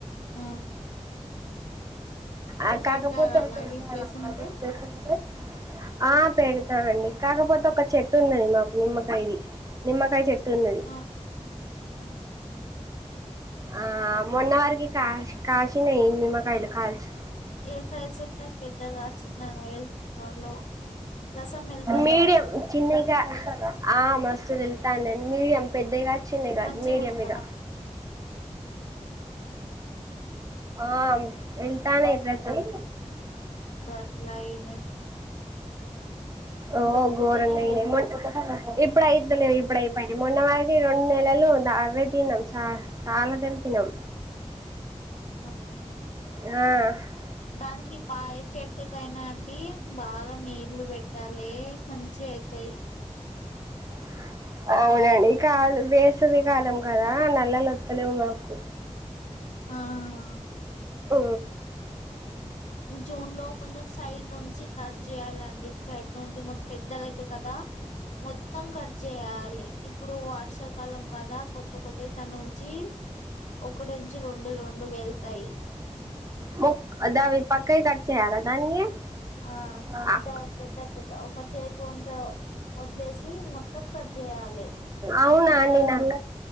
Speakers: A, on the left (about 75°); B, on the right (about 30°).
A: ఆ అవి
B: ఆ
A: పెడతారా
B: కాకపోతే
A: మరి
B: పెడతారా
A: ప్లేస్
B: మారి
A: ఉంటే
B: ప్లేస్ ఉంటే ఆ పెడతామండి కాకపోతే ఒక చెట్టు ఉన్నది మాకు నిమ్మకయది. నిమ్మకాయ చెట్టున్నది
A: ఆ ఆ.
B: ఆ మోన్నా వరకి కా కాశినాయి నిమ్మకాయలు కాల్సి
A: ఏ సైజు ఉంటాయి పెద్దగా చిన్నగా వెళ్తులో రసం వెళ్తారా
B: మీడియం చిన్నిగా ఆ మస్తులు వెళ్తాన్నాయి మీడియం పెద్దయిగావు చిన్నవి కాదు
A: మంచిగా
B: మీడియం
A: ఉందా
B: ఇగ ఆమ్ వెళ్తున్నాయి రసం
A: అట్లా అయినాయి
B: ఓ
A: దొరుకుతూనే
B: ఘోరంగా అయినాయి
A: లేవు
B: ఇప్పుడు అయితలే ఇప్పుడు అయిపోయింది మొన్న వారికి రెండు నెలలు అవే తిన్నం చాలా చాలా తిన్నం తిన్నం
A: ఆహా
B: ఆ
A: దానికి బాయే చెట్టు కైనాకి బాగా నీళ్ళు బెట్టాలే మంచిగ అయితయ్
B: <inaudible> అవునండి కాదు వేసవి కాలం కదా నల్లలొత్తలేవు మాకు
A: ఆహా
B: ఓ
A: జూన్ లో కొందర్స్ సైడ్ నుంచి కట్ జేయాలండి సైడ్ నుంచి మస్త్ పెద్దగా అయితది కదా మొత్తం కట్ జేయాలి ఇప్పుడు వర్షాకాలం కదా కొత్త కొత్తది దాన్ని ఉంచి ఒకటినుంచి రెండు రెండు వెళ్తాయి
B: ముక్ దాని పక్కయి కట్ చేయ్యాలా దానియి
A: ఆ
B: ఆ
A: ఇంత పెద్ద పెద్ద ఒక చేతి అంత వదిలేసి మొత్తం కట్ చేయాలి
B: అవునా
A: మళ్ళా
B: అండి నాక్